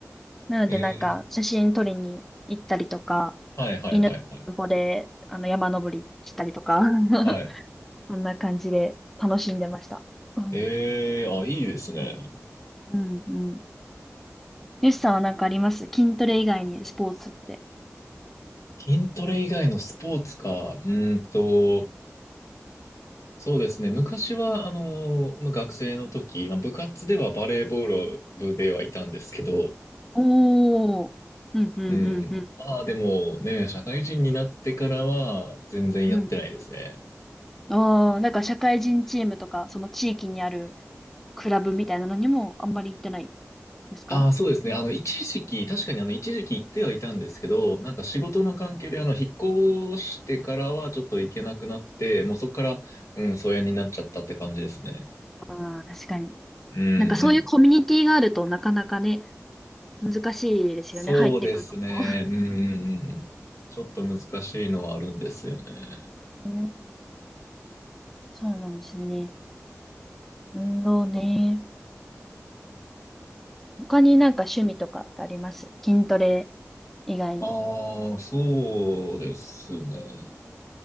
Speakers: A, in the centre; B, on the left.
A: なので、
B: ええ、
A: なんか、写真撮りに行ったりとか、
B: はいはいはいはい。
A: 犬の散歩で、あの、山登りしたりとか、<laughs>
B: はい。
A: こんな感じで楽しんでました。うん。
B: ええ、あ、いいですね。
A: うん、うん。よしさんはなんかあります筋トレ以外にスポーツって。
B: 筋トレ以外のスポーツか。うーんと、そうですね。昔は、あの、まあ、学生の時、まあ、部活ではバレーボール部ではいたんですけど、
A: おー。うん、うん、
B: うん。
A: うん、うん。
B: まあでもね、社会人になってからは全然やってないですね。
A: うん。あー、なんか社会人チームとか、その地域にあるクラブみたいなのにもあんまり行ってないですか
B: ああ、そうですね。あの、一時期、確かにあの、一時期行ってはいたんですけど、なんか仕事の関係で、あの、引っ越してからはちょっと行けなくなって、もうそこから、うん、疎遠になっちゃったって感じですね。
A: ああー、確かに。
B: うん、うん。
A: なんかそういうコミュニティがあるとなかなかね、難しいですよね、
B: そうですね。
A: 入ってくるのも。
B: うん、うんうん。ちょっと難しいのはあるんですよね。
A: うん、そうなんですね。運動ね。他になんか趣味とかってあります筋トレ以外に。
B: ああ、そうですね。